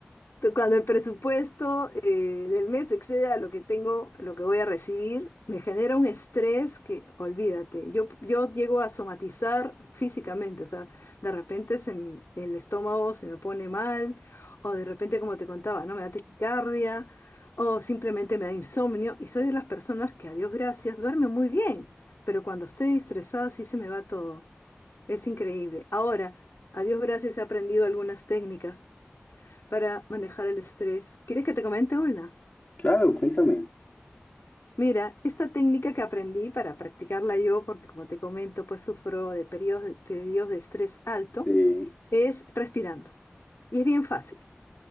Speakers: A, on the left; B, on the left.
A: Tú, Cuando el presupuesto eh, del mes excede a lo que tengo, lo que voy a recibir, me genera un estrés que, olvídate, yo, yo llego a somatizar físicamente, o sea, de repente se m- el estómago se me pone mal, o de repente, como te contaba, ¿no? Me da taquicardia, o simplemente me da insomnio, y soy de las personas que, a Dios gracias, duerme muy bien, pero cuando estoy estresada sí se me va todo, es increíble. Ahora, a Dios gracias he aprendido algunas técnicas para manejar el estrés. ¿Quieres que te comente una?
B: Claro, cuéntame.
A: Mira, esta técnica que aprendí para practicarla yo, porque como te comento, pues sufro de periodos de, periodos de estrés alto,
B: Sí,
A: es respirando. Y es bien fácil.